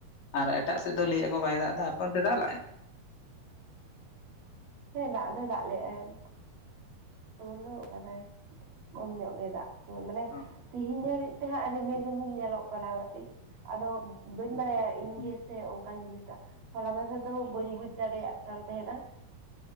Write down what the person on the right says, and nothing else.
ᱦᱮᱸ ᱫᱟᱜ ᱫᱚ ᱫᱟᱜ ᱞᱮᱜ-ᱟᱭ᱾ ᱵᱚᱱᱫᱚ ᱟᱠᱟᱫᱟᱭ ᱠᱚᱢ ᱧᱚᱜ ᱜᱮ ᱫᱟᱜ ᱢᱟᱱᱮ
ᱛᱤᱦᱤᱧ ᱦᱟᱨᱤᱡ᱾ ᱛᱮᱦᱟᱸᱜ ᱨᱤᱢᱤᱞ ᱨᱤᱢᱤᱞ ᱧᱮᱞᱚᱜ ᱠᱟᱱᱟ ᱠᱟᱹᱴᱤᱡ ᱟᱫᱚ ᱵᱟᱹᱧ ᱵᱟᱲᱟᱭᱟ ᱤᱧᱜᱮ
ᱥᱮ ᱚᱝᱠᱟᱧ ᱵᱩᱡᱽᱫᱟ, ᱦᱚᱞᱟ ᱢᱟᱱᱫᱷᱮᱨ ᱫᱚ ᱵᱟᱹᱧ ᱵᱩᱡᱽ ᱫᱟᱲᱮᱭᱟᱜ ᱠᱟᱱ ᱛᱟᱸᱦᱮᱱᱟ᱾